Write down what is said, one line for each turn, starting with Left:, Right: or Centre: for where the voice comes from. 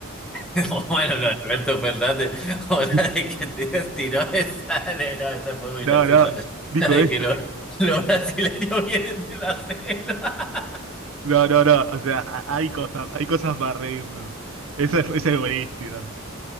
Centre: <laughs> Bueno, no, Alberto Fernández, <laughs> ahora
Right: <laughs>
Centre: de que te tiró esa, <laughs> de- no, esa fue muy
Right: No,
Centre: graciosa.
Right: no,
Centre: <laughs>
Right: dijo
Centre: La de
Right: esto.
Centre: que los, los brasileños vienen de la selva.
Right: No, no, no. O sea, ha- hay cosas, hay cosas para reírnos. Esa es, esa es buenísima.